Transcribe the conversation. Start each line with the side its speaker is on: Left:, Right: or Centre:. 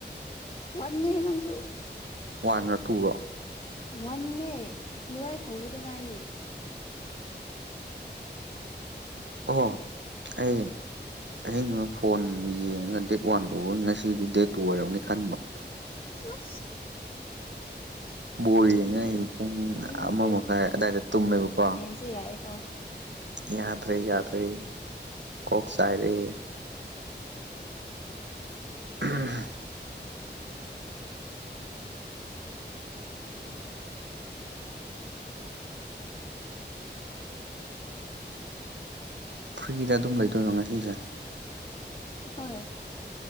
Left: ꯋꯥꯟꯦꯍꯦ ꯅꯪꯁꯨ
Right: ꯋꯥꯟ ꯔꯣ ꯇꯨꯔꯣ
Left: ꯋꯥꯟꯅꯦ ꯖꯨꯜꯂꯥꯏ ꯍꯧꯕꯗ ꯉꯥꯏꯔꯤ
Right: ꯑꯣ ꯑꯩ ꯑꯩꯅ ꯑꯕ ꯐꯣꯟ ꯌꯦꯡꯉꯒ ꯗꯦꯠ ꯋꯥꯟ ꯑꯣ ꯎꯕꯅꯤ ꯉꯁꯤꯒꯤꯗꯤ ꯗꯦꯠ ꯇꯨ ꯑꯣꯏꯔꯕꯅꯤ ꯈꯟꯕ
Left: ꯑ <inaudible>
Right: ꯕꯣꯏ
Left: ꯃꯤꯗꯤ
Right: ꯌꯦꯡꯉꯩ ꯄꯨꯡ
Left: ꯃꯤꯗꯤ
Right: ꯑꯃ ꯃꯈꯥꯏ ꯑꯋꯥꯏꯗ ꯇꯨꯝꯃꯦꯕꯀꯣ
Left: ꯁꯤ ꯌꯥꯏꯌꯦꯀꯣ
Right: ꯌꯥꯗ꯭ꯔꯦ ꯌꯥꯗ꯭ꯔꯦ ꯀꯣꯛ ꯆꯥꯏꯔꯦ ꯎꯝ ꯐ꯭ꯔꯤꯗ ꯑꯗꯨꯝ ꯂꯩꯗꯣꯏꯅꯣ ꯉꯁꯤꯁꯦ
Left: ꯍꯣꯏ